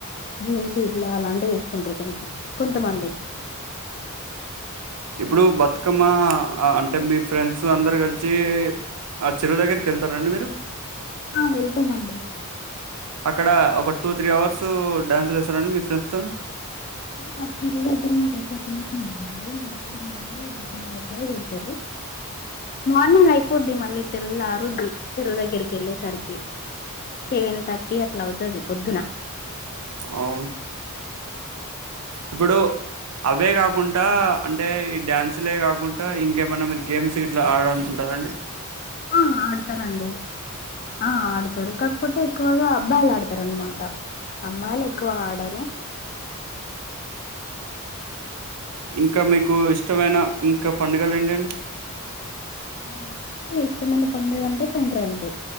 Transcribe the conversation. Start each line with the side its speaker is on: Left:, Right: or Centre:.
Left: జీన్స్ ఇట్లా అలాంటివి వేసుకుంటారు కొంచెం కొంతమంది
Right: ఇప్పుడు బతుకమ్మ అంటే మీ ఫ్రెండ్స్ అందరు కలిసి ఆ చెరువు దగ్గరికి వెళ్తారండి మీరు
Left: ఆ వెల్తమ్ అండి
Right: అక్కడ ఒక టూ, త్రీ అవర్స్ డ్యాన్సులు వేస్తారండి మీ ఫ్రెండ్స్ తో
Left: ఆ చెరువు దగ్గర మర ప్లేస్ ఉంటదండి మాడి మధ్యలో బ దగ్గరే పెడతారు మార్నింగ్ అయిపోద్ది మళ్ళీ తెల్లారుద్ది చెరువు దగ్గరికి వెళ్ళేసరికి సెవెన్ థర్టీ అట్లా అవుతుది పొద్దున
Right: అవును ఇప్పుడు అవే కాకుండా అంటే ఈ డ్యాన్సులే కాకుండా ఇంకేమన్నా మీరు గేమ్స్ గ ఇట్లా ఆడ ఉంటారండి
Left: ఆ ఆడతారండి ఆ ఆడతారు కాకపోతే ఎక్కువగా అబ్బాయిలు ఆడతారు అన్నమాట అమ్మాయిలు ఎక్కువ ఆడరు
Right: ఇంకా మీకు ఇష్టమైన ఇంకా పండగలు ఏంటి అండి
Left: నెక్స్ట్ ఇష్టమైన పండుగ అంటే సంక్రాంతి